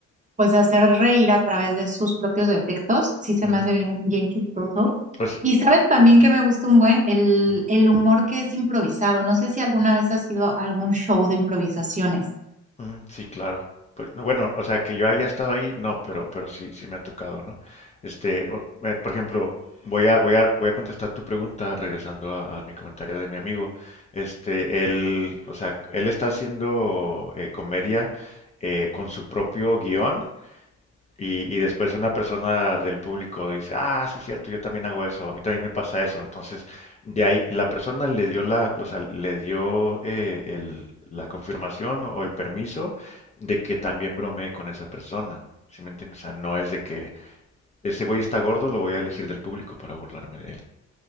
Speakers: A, on the right; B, on the left.
A: pues, de hacer reír a través de sus propios defectos, sí se
B: Ujú.
A: me hace bien, bien chistoso.
B: Pues,
A: Y sabes también que me gusta un buen el,
B: ujú.
A: el humor que es improvisado. No sé si alguna vez has ido a algún show de improvisaciones.
B: Mm, sí, claro. Pues, no, bueno, o sea, que yo haya estado ahí, no, pero, pero sí, sí me ha tocado, ¿no? Este, o- eh, por ejemplo, voy a, voy a, voy a contestar tu pregunta regresando a, a mi comentario de mi amigo. Este, él, o sea, él está haciendo eh, comedia eh, con su propio guión y, y después una persona del público dice, ah, sí, cierto, yo también hago eso, a mí también me pasa eso. Entonces, de ahí, la persona le dio la, o sea, le dio eh, el- la confirmación o el permiso de que también bromeé con esa persona. ¿Sí me entiendes? O sea, no es de que ese güey está gordo, lo voy a elegir del público para burlarme de él.